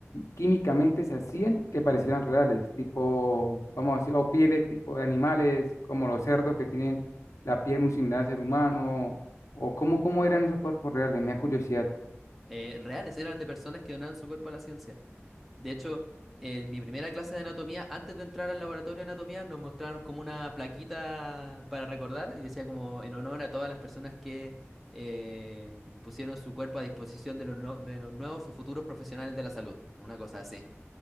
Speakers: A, on the left; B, in the centre.
A: químicamente se hacían que parecieran reales? Tipo, vamos a decir, o pieles tipo de animales, como los cerdos que tienen la piel muy similar al ser humano. ¿O cómo, cómo eran esos cuerpos reales? Me da curiosidad.
B: Eh, reales, eran de personas que donaron su cuerpo a la ciencia. De hecho, en mi primera clase de anatomía, antes de entrar al laboratorio de anatomía, nos mostraron como una plaquita para recordar y decía como en honor a todas las personas que eh, pusieron su cuerpo a disposición de los, no- de los nuevos o futuros profesionales de la salud, una cosa así.